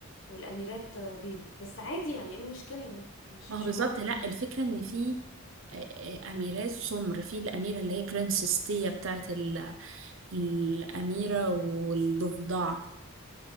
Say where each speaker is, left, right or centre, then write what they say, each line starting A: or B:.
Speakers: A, on the left (about 60°); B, on the right (about 60°).
A: والاميرات آه، بيض بس عادي يعني ايه المشكلة يعني مش
B: ما
A: مش
B: هو بالظبط
A: حواري
B: لا الفكرة إن في آه، آه، أميرات سمر في الأميرة اللي هي برنسس تيا بتاعة ال الأميرة والضفدع